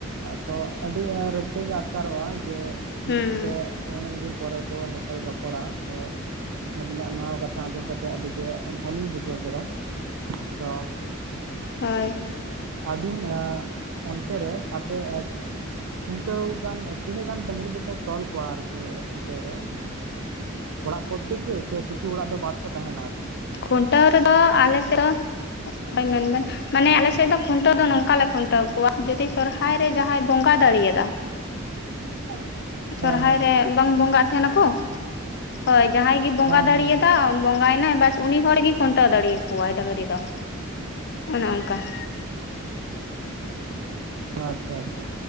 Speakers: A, on the right; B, on the left.
A: ᱛᱚ ᱟᱹᱰᱤ ᱨᱟᱹᱥᱠᱟᱹ ᱜᱮ ᱟᱴᱠᱟᱨᱚᱜᱼᱟ ᱡᱮ
B: ᱦᱩᱸ
A: ᱢᱤᱫᱛᱮ ᱩᱱᱟᱹᱜ ᱫᱤᱱ ᱯᱚᱨᱮ ᱠᱚ ᱧᱮᱯᱮᱞ ᱨᱚᱯᱚᱲᱟ ᱛᱚ ᱟᱹᱵᱤᱱᱟᱜ ᱱᱚᱣᱟ ᱠᱟᱛᱷᱟ ᱟᱸᱡᱚᱢ ᱠᱟᱛᱮᱜ ᱟᱹᱰᱤᱜᱮ ᱵᱷᱟ. ᱞᱤᱧ ᱵᱩᱡᱷᱟᱹᱣ ᱠᱮᱫᱟ ᱾ ᱛᱚ,
B: ᱦᱳᱭ᱾
A: ᱟᱹᱵᱤᱱᱟᱜ, ᱚᱱᱛᱮ ᱨᱮ ᱟᱯᱮ ᱠᱷᱩᱱᱴᱟᱹᱣ ᱜᱟᱱ ᱛᱤᱱᱟᱹᱜ ᱜᱟᱱ ᱰᱟᱹᱝᱨᱤ ᱠᱚᱯᱮ ᱛᱚᱞ ᱠᱚᱣᱟ ᱟᱨᱠᱤ ᱠᱷᱩᱱᱴᱟᱹᱣ ᱨᱮ? ᱚᱲᱟᱜ ᱯᱨᱚᱛᱮᱠ ᱜᱮ ᱥᱮ ᱠᱤᱪᱷᱩ ᱚᱲᱟᱜ ᱫᱚ ᱵᱟᱫ ᱠᱚ ᱛᱟᱦᱮᱸᱱᱟ ᱟᱨᱠᱤ?
B: ᱠᱷᱩᱱᱴᱟᱹᱣ ᱨᱮᱫᱚ ᱟᱞᱮᱥᱮᱫ ᱢᱮᱱᱵᱮᱱ ᱢᱟᱱᱮ ᱟᱞᱮᱥᱮᱫ ᱫᱚ ᱠᱷᱩᱱᱴᱟᱹᱣ ᱫᱚ ᱱᱚᱝᱠᱟ ᱞᱮ ᱠᱷᱩᱱᱴᱟᱹᱣ ᱴᱟ. ᱣ ᱠᱚᱣᱟ, ᱡᱩᱫᱤ ᱥᱚᱨᱦᱟᱭ ᱨᱮ ᱡᱟᱦᱟᱸᱭ ᱵᱚᱸᱜᱟ ᱫᱟᱲᱮᱭᱟᱫᱟ
A: <inaudible>
B: ᱥᱚᱨᱦᱟᱭ
A: ᱦᱮᱸ ᱦᱮᱸ
B: ᱨᱮ ᱵᱟᱝ ᱵᱚᱸᱜᱟᱜ ᱛᱟᱦᱮᱸᱱᱟᱠᱚ? ᱦᱳᱭ ᱡᱟᱦᱟᱸᱭ ᱜᱮ ᱵᱚᱸᱜᱟ
A: ᱦᱮᱸ
B: ᱫᱟᱲᱮᱭᱟᱫᱟ
A: ᱦᱮᱸ ᱦᱮᱸ ᱦᱮᱸ
B: ᱵᱚᱸᱜᱟᱭᱮᱱᱟᱭ ᱵᱟ. ᱥ ᱩᱱᱤ ᱦᱚᱲᱜᱮ ᱠᱷᱩᱱᱴᱟᱹᱣ ᱫᱟᱲᱮᱭᱟᱠᱚᱣᱟᱭ ᱰᱟᱹᱝᱨᱤ ᱫᱚ ᱚᱱᱮ ᱚᱱᱠᱟ ᱾
A: ᱟᱪᱷᱟ-ᱟᱪᱷᱟ